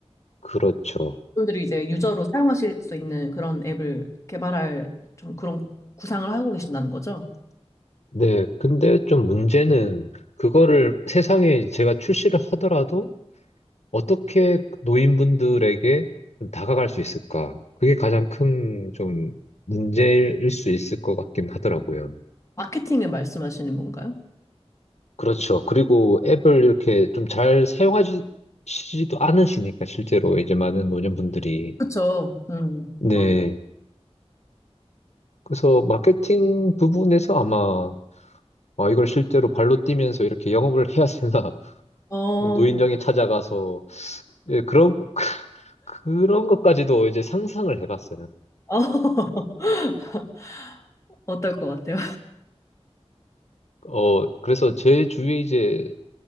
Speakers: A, on the left (about 80°); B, on the left (about 25°).
A: 그렇죠.
B: 분들이 이제 유저로 사용하실 수 있는 그런 앱을 개발할 좀 그런 구상을 하고 계신다는 거죠?
A: 네, 근데 좀 문제는 그거를 세상에 제가 출시를 하더라도 어떻게 노인분들에게 좀 다가갈 수 있을까? 그게 가장 큰 좀 문제일 수 있을 것 같긴 하더라고요.
B: 마케팅을 말씀하시는 건가요?
A: 그렇죠. 그리고 앱을 이렇게 좀 잘 사용하시지도 않으시니까 실제로 이제 많은 노년분들이
B: 그쵸. 음,
A: 네.
B: 막,
A: 그래서 마케팅 부분에서 아마 아, 이걸 실제로 발로 뛰면서 이렇게 영업을 해야 되나
B: 어,
A: <laughs> 뭐 노인정에 찾아가서 예, 그런 <laughs> 그런 것까지도 이제 상상을 해봤어요.
B: 어, <laughs> 어떨 것 같아요?
A: 어 그래서 제 주위에 이제